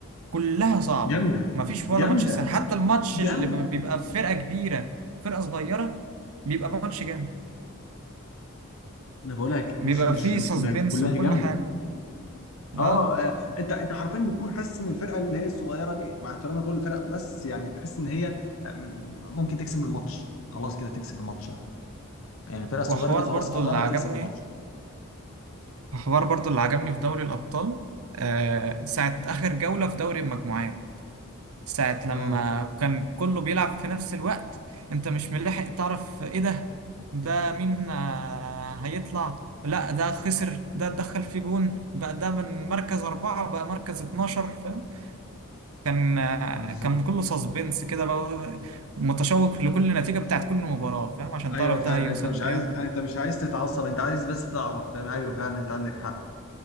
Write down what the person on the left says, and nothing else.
جامده
جامده
جامده
انا بقول لك مش
مش
ده كلها
جامده
اه آه، انت انت حرفيا بتكون حاسس ان الفرقه اللي هي الصغيره دي مع احترامي لكل الفرق بس يعني تحس ان هي آم، ممكن تكسب الماتش خلاص كده تكسب الماتش اهو يعني الفرقه الصغيره
دي خلاص
قربت
تكسب الماتش
اه
بالظبط
ايوه
فعلا
انت مش
عايز
انت مش عايز تتعصب انت عايز بس تعرف فاهم ايوه فعلا انت عندك حق